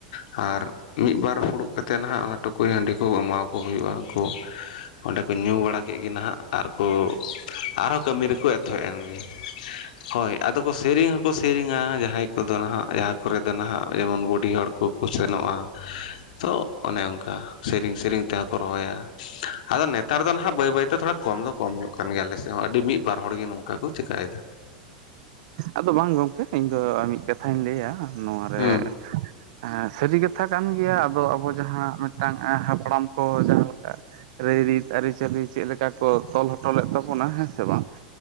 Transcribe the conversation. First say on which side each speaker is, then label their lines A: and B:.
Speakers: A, on the left; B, on the right.
A: ᱟᱨ ᱢᱤᱜ ᱵᱟᱨ ᱾ ᱯᱷᱩᱲᱩᱜ ᱠᱟᱛᱮ ᱱᱟᱦᱟᱜ ᱚᱱᱟ ᱴᱩᱠᱩᱡ ᱦᱟᱺᱰᱤ ᱠᱚ ᱮᱢᱟᱠᱚ ᱦᱩᱭᱩᱜᱼᱟ ᱩᱱᱠᱩ ᱾ ᱚᱸᱰᱮ ᱠᱚ ᱧᱩ ᱵᱟᱲᱟ ᱠᱮᱜ ᱜᱮ ᱱᱟᱦᱟᱸᱜ ᱟᱨᱠᱚ ᱟᱨᱦᱚᱸ ᱠᱟᱹᱢᱤ ᱨᱮᱠᱚ ᱮᱛᱚᱦᱚᱵ ᱮᱱ ᱜᱮ ᱾ ᱦᱚᱭ ᱟᱫᱚ ᱠᱚ ᱥᱮᱨᱮᱧ ᱦᱚᱸᱠᱚ ᱥᱮᱨᱮᱧᱟ ᱡᱟᱦᱟᱸᱭ ᱠᱚᱫᱚ ᱱᱟᱦᱟᱜ ᱡᱟᱦᱟᱸ ᱠᱚᱨᱮ ᱫᱚ ᱱᱟᱦᱟᱜ ᱡᱮᱢᱚᱱ ᱵᱚᱰᱤ ᱦᱚᱲ ᱾ ᱠᱩ ᱠᱚ ᱥᱮᱱᱚᱜᱼᱟ ᱛᱚ ᱚᱱᱮ ᱚᱝᱠᱟ ᱥᱮᱨᱮᱧ ᱥᱮᱨᱮᱧ ᱛᱮᱦᱚᱸ ᱠᱚ ᱨᱚᱦᱚᱭᱟ ᱾ ᱟᱫᱚ ᱱᱮᱛᱟᱨ ᱫᱚ ᱱᱟᱦᱟᱜ ᱵᱟᱹᱭ ᱵᱟᱹᱭᱛᱮ ᱛᱷᱚᱲᱟ ᱠᱚᱢ ᱫᱚ ᱠᱚᱢ ᱧᱚᱜ ᱠᱟᱱ ᱜᱮᱭᱟ ᱟᱞᱮ ᱥᱮᱜ ᱦᱚᱸ ᱟᱹᱰᱤ ᱢᱤᱫ ᱵᱟᱨ ᱦᱚᱲ ᱜᱮ ᱱᱚᱝᱠᱟ ᱠᱚ ᱪᱮᱠᱟᱭᱫᱟ ᱾
B: ᱟᱫᱚ ᱵᱟᱝ ᱜᱚᱝᱠᱮ ᱤᱧ ᱫᱚ ᱢᱤᱫ ᱠᱟᱛᱷᱟᱧ ᱞᱟᱹᱭᱟ ᱱᱚᱣᱟᱨᱮ
A: ᱦᱩᱸ
B: ᱮᱸ ᱥᱟᱹᱨᱤ ᱠᱟᱛᱷᱟ ᱠᱟᱱ ᱜᱮᱭᱟ ᱟᱫᱚ ᱟᱵᱚ ᱡᱟᱦᱟᱸ ᱢᱤᱫᱴᱟᱝ ᱮᱸ ᱦᱟᱯᱲᱟᱢ ᱠᱚ ᱡᱟᱦᱟᱸ ᱞᱮᱠᱟ ᱨᱟᱹᱭ ᱨᱤᱛ ᱟᱹᱨᱤ-ᱪᱟᱹᱞᱤ ᱪᱮᱜ ᱞᱮᱠᱟ ᱠᱚ ᱛᱚᱞ ᱦᱚᱴᱚ ᱞᱮᱜ ᱛᱟᱵᱚᱱᱟ ᱦᱮᱸ ᱥᱮ ᱵᱟᱝ ᱾